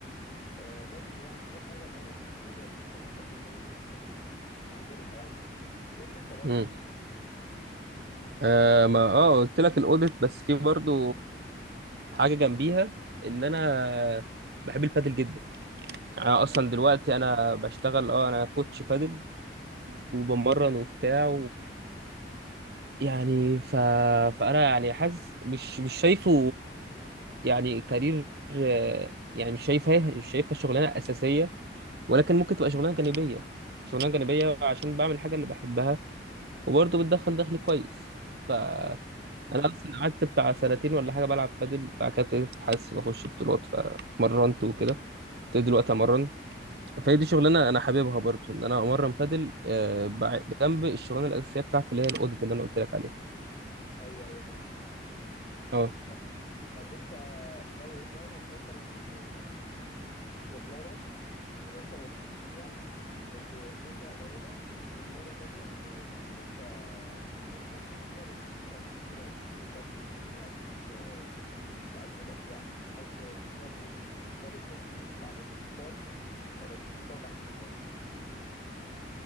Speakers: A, on the left; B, on the right.
A: آه، بس يعني دي حاجة اللي أنا بالنسبة لي أكون أحب إن أنا أكون أعملها يعني قول لي أنت برضو
B: امم آه ما اه قلت لك الاوديت بس في برضو حاجة جنبيها ان انا بحب البادل جدا يعني انا اصلا
A: اه
B: دلوقتي انا بشتغل اه انا كوتش بادل وبمرن وبتاع يعني ف... فانا يعني حاسس مش مش شايفه يعني كارير يعني مش شايفها مش شايفها شغلانه اساسيه ولكن ممكن تبقى شغلانه جانبيه شغلانه جانبيه عشان بعمل الحاجه اللي بحبها وبرضه بتدخل دخل كويس فانا
A: اه
B: اصلا قعدت بتاع سنتين ولا حاجه بلعب بادل بعد كده ابتديت حاسس ان اخش بطولات فمرنت وكده ابتديت دلوقتي امرن فهي دي شغلانه انا حاببها برضه ان انا امرن بادل آه، بع- جنب الشغلانه الاساسيه بتاعتي اللي هي الاوديت اللي انا قلت لك عليها
A: ايوه ايوه فاهم
B: اه
A: طب طب انت لو قدامك مثلا آه، شغلانه تكون انت مبسوط فيها بس فلوسها قليله وشغلانه تانية آه، تكون انت مش مبسوط فيها بس فلوسها كتيره وكويسه وهتكون آه، بتعجبك يعني تحب تختار ايه يعني تختار ال- الفلوس عن الانبساط ولا الانبساط عن ال- الفلوس